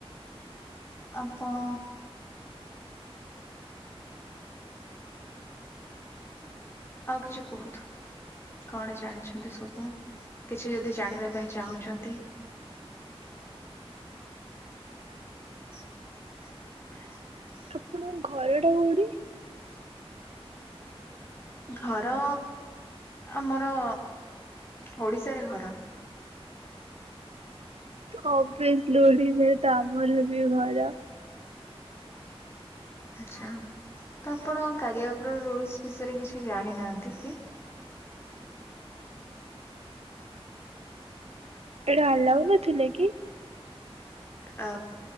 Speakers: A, on the left; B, on the right.
A: ଆପଣ ଆଉ କିଛି କୁହନ୍ତୁ? କଣ ଜାଣିଛନ୍ତି ସବୁ କିଛି ଯଦି ଜାଣିବା ପାଇଁ ଚାହୁଁଛନ୍ତି? <inaudible>
B: ଆପଣଙ୍କ ଘରଟା କୋଉଠି?
A: ଘର ଆମର ଓଡିଶାରେ ଘର।
B: <unintelligible> ଆମର ବି ଘର।
A: ଆଚ୍ଛା ତ ଆପଣ କାରିଆପ୍ ର ରୁଲସ୍ ବିଷୟରେ କିଛି ଜାଣିନାହାନ୍ତି କି?
B: ଏଇଟା ଆଲାଉ ନଥିଲେ କି?
A: ଅ